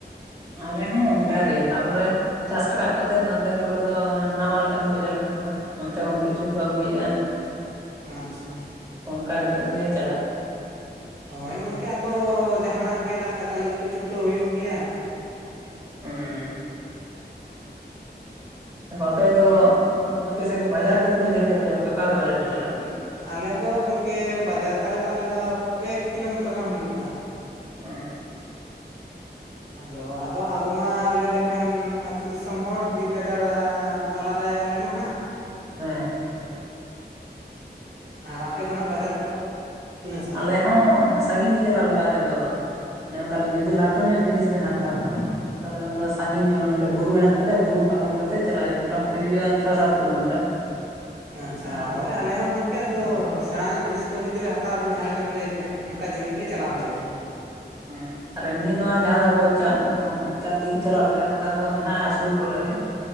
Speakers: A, on the right; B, on the right.
A: ᱟᱞᱮ ᱦᱚᱸ ᱚᱱᱠᱟ ᱜᱮ ᱛᱟᱨ ᱯᱚᱨᱮ ᱪᱟᱥ ᱨᱟᱠᱟᱵ ᱠᱟᱛᱮᱜ ᱟᱫᱮᱠ ᱦᱚᱲ ᱫᱚ ᱱᱟᱢᱟᱞ ᱠᱟᱹᱢᱤ ᱠᱚ ᱪᱟᱞᱟᱜ ᱠᱟᱱᱟ ᱚᱱᱛᱮ ᱠᱷᱚᱱ ᱠᱤᱪᱷᱩ ᱠᱚ ᱟᱹᱜᱩᱭᱮᱜᱼᱟ
B: ᱟᱪᱪᱷᱟ
A: ᱚᱱᱠᱟ ᱠᱟᱛᱮᱫ ᱜᱮ ᱪᱟᱞᱟᱜ
B: ᱦᱳᱭ ᱜᱚᱝᱠᱮ ᱟᱫᱚ ᱡᱟᱦᱟ ᱱᱟᱜ ᱜᱮ ᱞᱟᱡ ᱫᱟᱠᱟ ᱞᱟᱹᱜᱤᱫ ᱫᱚ ᱪᱷᱩᱴᱟᱹᱣ ᱦᱩᱭᱩᱜ ᱜᱮᱭᱟ
A: ᱚᱸ ᱵᱟᱯᱮ ᱫᱚ ᱟᱯᱮ ᱥᱮᱫ ᱠᱷᱚᱱ ᱵᱟᱡᱟᱨ ᱫᱚ ᱛᱤᱱᱟᱹᱜ ᱡᱷᱟᱹᱞ ᱛᱟᱯᱮᱭᱟ ᱟᱯᱮ ᱚᱠᱟ ᱨᱮ ᱵᱟᱡᱟᱨ ᱯᱮ ᱪᱟᱞᱟᱜ ᱜᱮᱭᱟ
B: ᱟᱞᱮ ᱫᱚ ᱜᱚᱝᱠᱮ ᱵᱟᱡᱟᱨ ᱛᱟᱞᱮ ᱫᱚ ᱟᱞᱮ ᱫᱚ ᱯᱮ ᱠᱤᱞᱳ ᱢᱤᱴᱟᱨ ᱜᱟᱱ ᱦᱩᱭᱩᱜᱼᱟ
A: ᱩ
B: ᱟᱫᱚ ᱟᱫᱚ ᱟᱵᱚ ᱢᱟ ᱞᱟᱹᱭ ᱞᱮᱠᱷᱟᱱ ᱟᱹᱛᱩ ᱫᱤᱥᱚᱢ ᱦᱚᱲ ᱵᱤᱨ ᱜᱟᱡᱟᱲ ᱛᱟᱞᱟ ᱨᱮ ᱟᱞᱮ ᱢᱟ ᱱᱟᱦᱟᱜ
A: ᱦᱮᱸ
B: ᱟᱨ ᱟᱯᱮ ᱫᱚ ᱱᱟᱜ ᱵᱟᱡᱟᱨ ᱠᱚᱫᱚ ᱛᱤᱱᱟᱹᱜ ᱥᱟᱺᱜᱤᱧ
A: ᱟᱞᱮ ᱦᱚᱸ ᱥᱟᱺᱜᱤᱧ ᱜᱮ ᱪᱟᱞᱟᱜ ᱞᱟᱜᱟᱜ-ᱟ ᱟᱞᱮ ᱫᱚ ᱚᱱᱮ ᱚᱱᱠᱟᱱ ᱡᱩᱫᱤ ᱞᱟᱹᱴᱩ ᱧᱚᱜ ᱡᱤᱱᱤᱥ ᱵᱮᱱ ᱦᱟᱛᱟᱣ ᱠᱷᱟᱱ ᱛᱟᱦᱚᱞᱮ ᱚᱱᱟ ᱫᱚ ᱥᱟᱺᱜᱤᱧ ᱧᱚᱜ ᱚᱱᱟ ᱢᱤᱫᱴᱟᱝ ᱵᱩᱨᱩ ᱦᱮᱱᱟᱜ ᱛᱟᱞᱮᱭᱟ ᱵᱩᱨᱩ ᱯᱟᱨᱚᱢ ᱠᱟᱛᱮ ᱪᱟᱞᱟᱜ ᱦᱩᱭᱩᱜᱼᱟ ᱢᱚᱴᱟᱢᱩᱴᱤ ᱦᱩᱭᱩᱜᱼᱟ ᱪᱷᱚ ᱥᱟᱛ ᱠᱤᱞᱳᱢᱤᱴᱟᱨ
B: ᱟᱪᱪᱷᱟ
A: ᱟᱨ
B: ᱦᱳᱭ ᱟᱞᱮ ᱦᱚᱸ ᱜᱚᱝᱠᱮ ᱟᱫᱚ
A: ᱦᱮᱸ
B: ᱥᱮᱸᱬᱟ ᱧᱚᱜ ᱡᱤᱱᱤᱥ ᱠᱚ ᱡᱩᱫᱤ ᱞᱮ ᱦᱟᱛᱟᱣᱟ ᱵᱤᱱ ᱡᱟᱦᱟᱸ‌ ᱞᱮᱠᱟ ᱵᱤᱱ ᱞᱟᱹᱭ ᱠᱮᱜᱼᱟ ᱚᱱᱠᱟ ᱡᱤᱞᱤᱧ ᱜᱮ ᱪᱟᱞᱟᱣ ᱦᱩᱭᱩᱜᱼᱟ
A: ᱦᱩᱸ ᱟᱨ ᱮᱢᱱᱤ ᱱᱚᱣᱟ ᱡᱟᱦᱟᱸ ᱫᱚ ᱟᱵᱚ ᱪᱟ <inaudible> ᱪᱟᱨ ᱫᱤᱱ ᱪᱟᱞᱟᱜ ᱞᱮᱠᱟᱱᱟᱜ ᱜᱟᱱ ᱫᱚ ᱦᱮᱱᱟᱜᱼᱟ ᱥᱩᱨ ᱠᱚ ᱨᱮ ᱜᱮ